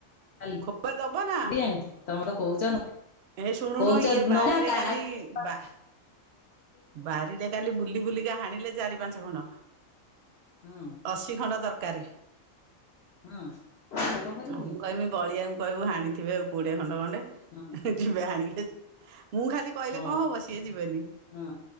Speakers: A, on the left (about 60°); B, on the right (about 65°).
A: କାଲି
B: ଖୋବା ଦବ ନା
A: ହେଆଣି ତମେ ତ କହୁଛ।
B: ହେ ଶୁଣୁନୁ
A: କହୁଛ
B: ଇଏ ବାରିରେ
A: ନ କାହାକୁ
B: କାଲି ବା ବାରିରେ କାଲି ବୁଲି ବୁଲିକା ହାଣିଲେ ଚାରି ପାଞ୍ଚ ଖଣ୍ଡ।
A: ହଁ।
B: ଅଶୀ ଖଣ୍ଡ ଦରକାରେ।
A: ହଁ କଣ କରିବୁ
B: ଆଉ
A: କିଲୋ?
B: ମୁଁ କହିମି ବଳିଆଙ୍କୁ କହିବୁ ହାଣିଥିବେ ଆଉ କୋଡିଏ ଖଣ୍ଡ ଖଣ୍ଡେ।
A: ହଁ।
B: ଯିବେ ଆଣିକି ମୁଁ ଖାଲି କହିଲେ
A: ହଉ
B: କଣ ହବ ସିଏ ଯିବେନି।
A: ହଁ